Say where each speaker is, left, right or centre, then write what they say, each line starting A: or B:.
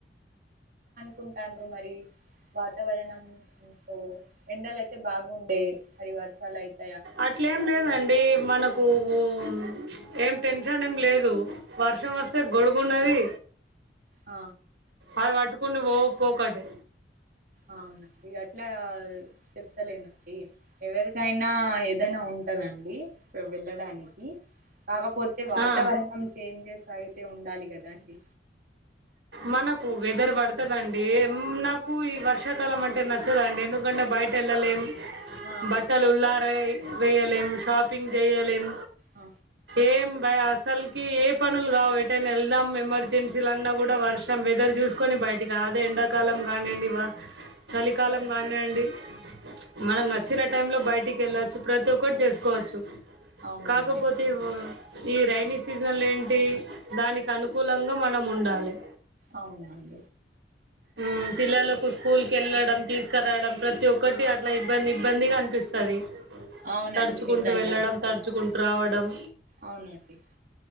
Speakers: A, on the right; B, on the right.
A: కుంటాన్రు మరి వాతావరణం ఓ ఎండలైతే బాగు డే <unintelligible>
B: అట్లేం లేదండీ మనకు ఓం ఏం టెన్షన్ ఏం లేదు వర్షం వస్తే గొడుగున్నది
A: అ
B: అవి వట్టుకుని వోవ్ పోకంటె
A: అవునండి అట్లా చెప్తలేనండీ ఎవరికైనా ఏదైనా ఉంటదండి వె వెళ్ళడానికి కాకపోతే వాతావరణం
B: ఆ,
A: చేంజేస్ అయితే ఉండాలి గదా అండి
B: మన్ వెదర్ వడుతదండి ఉమ్ నాకు ఈ వర్షాకాలం అంటే నచ్చదండి ఎందుకంటే బయట ఎళ్ళలేం
A: ఆహా
B: బట్టలుల్లారె వెయ్యలేం షాపింగ్ జెయ్యలేం
A: అ
B: ఏం బై అసల్కి ఏ పనుల్ గావు ఎటైనా ఎళ్దాం ఎమర్జెన్సిలన్న గూడా వర్షం వెదర్ జూ చూసుకొని బయటికా అదే ఎండాకాలం గానీయండి వా చలికాలం గానీయండి మనం నచ్చిన టైం లో బయటికి ఎళ్ళొచ్చు ప్రతి ఒక్కటి జేసుకోవచ్చు
A: అవునండి
B: కాకపోతే ఇవ్ ఈ రైైనీ సీజన్ల ఏంటీ దానికి అనుకూలంగా మనం ఉండాలె
A: అవునండి
B: ఊ పిల్లలకు స్కూల్ కెళ్ళడం తీసుకురాడం ప్రతి ఒక్కటి అట్ల ఇబ్బంది ఇబ్బందిగా అనిపిస్తది
A: అవునండి
B: తడుచుకుంటూ
A: నిజంగానే
B: వెళ్ళడం తడుచుకుంటూ రావడం
A: అవునండి